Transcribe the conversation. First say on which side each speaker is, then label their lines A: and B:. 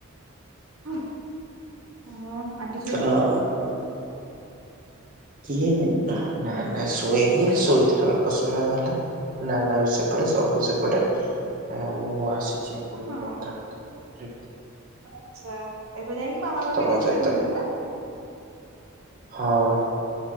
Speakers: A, on the right; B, on the right.
A: ହୁଁ ହଁ ଆଣ୍ଟି ଶୋଇପାଇଲେ?
B: ହଁ। କିଏ ନା ନା ଶୋଇନି ଶୋଇଥିଲା। ପ୍ରଶ୍ନ ହେଲା ନାନା ବି ସେପଟେ ସବୁ ସେପଟେ। ଓ ମୁଁ ଆସିଛି ଏ ପଟକୁ
A: ହଁ
B: କଥାକାଲି <unintelligible>
A: ଆଚ୍ଛା ଏବେ ଯାଇକି ମାମା ପାଖେ
B: ତମ
A: ଯାଇ
B: ସହିତ
A: ସୋଇ ପଡିବ ନା?
B: ହଁ।